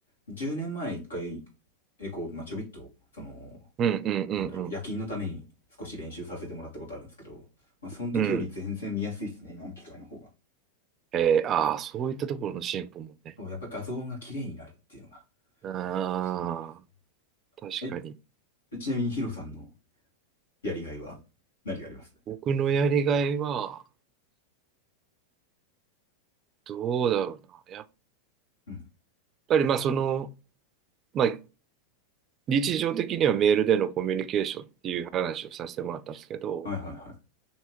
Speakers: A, on the left; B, on the right.
A: 10年前一回エコー、まあ、ちょびっと、その、
B: うん、うん、うん、
A: なんだろう、
B: うん。
A: 夜勤のために少し練習させてもらったことあるんですけど、まあ、その時より全然見やすいっすね、
B: うん。
A: 今の機械の方が。
B: えー、ああ、そういったところの進歩もね。
A: そう、やっぱり画像が綺麗になるっていうのが
B: ああ、
A: 進歩です。
B: 確かに。
A: え、ちなみにヒロさんのやりがいは何があります
B: 僕のやりがいは、どうだろうな。やっ
A: うん。
B: ぱり、まあ、その、まあ、日常的にはメールでのコミュニケーションっていう話をさせてもらったんですけど、
A: はいはいは